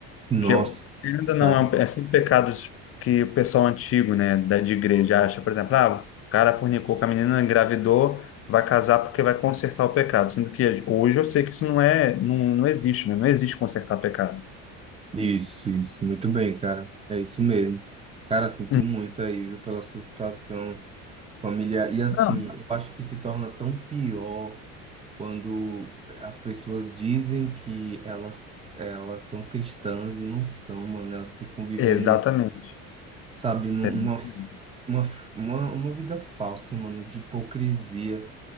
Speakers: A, on the right; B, on the left.
A: Nossa,
B: que eu- ainda não
A: cara.
B: é, um, é sempre pecados que o pessoal antigo, né, da, de igreja acha, por exemplo, ah, o cara fornicou com a menina, engravidou, vai casar porque vai consertar o pecado, sendo que hoje eu sei que isso não é, não, não existe, né? Não existe consertar pecado.
A: Isso, isso. Muito bem, cara. É isso mesmo. Cara, sinto
B: Hum,
A: muito aí, viu, pela sua situação familiar. E assim,
B: Não,
A: eu acho que se torna tão pior. quando as pessoas dizem que elas elas são cristãs e não são, mano, elas ficam vivendo
B: exatamente.
A: isso, sabe, numa
B: Exatamente.
A: uma, uma, uma vida falsa, mano, de hipocrisia.